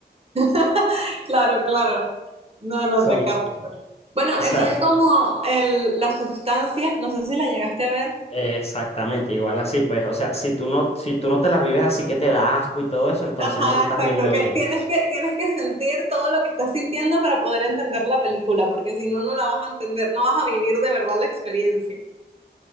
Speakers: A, on the right (about 35°); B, on the left (about 35°).
A: <laughs> Claro, claro. No, no
B: Son,
A: te capto. Bueno,
B: o sea,
A: eso es como el, la sustancia, no sé si la llegaste a ver.
B: Exactamente, igual así, pues, o sea, si tú no, si tú no te las vives así que te da asco y todo eso, entonces
A: Ajá,
B: no la estás
A: exacto.
B: viendo
A: Que
B: bien.
A: tienes que, tienes que sentir todo lo que estás sintiendo para poder entender la película, porque si no, no la vas a entender, no vas a vivir de verdad la experiencia.